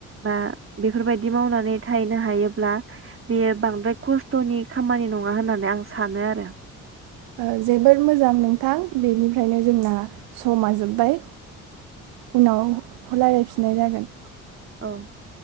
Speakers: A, on the right; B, on the right.
A: बा बेफोरबायदि मावनानै थाहैनो हायोब्ला बेयो बांद्राय खस्थ'नि खामानि नङा होननानै आं सानो आरो।
B: ओ जोबोर मोजां नोंथां। बेनिफ्रायनो जोंना समा जोब्बाय। उनाव रायलायफिननाय जागोन।
A: औ